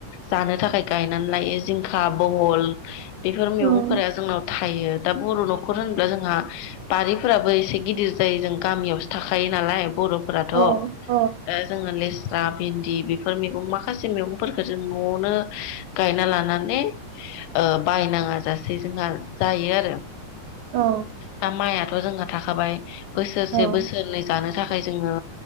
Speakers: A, on the left; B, on the right.
A: जानो थाखाय गायनानै लायो जिंखा, बहल बेफोर मेगंफोरा
B: औ
A: जोंनाव थायो। दा बर' न'खर होनब्ला जोंहा बारिफोराबो एसे गिदिर जायो जों गामियावसो थाखायो नालाय बर'फोराथ'
B: औ
A: ओ
B: औ
A: जोंङो लेस्रा, भिन्दि बेफोर मेगं माखासे मेगंफोरखो जों न'वनो गायना लानानै ओ बायनाङा जासे जोंहा जायो आरो
B: औ
A: दा माइयाथ' जोंहा थाखाबाय बोसोरसे
B: औ
A: बोसोरनै जानो थाखाय जोंङो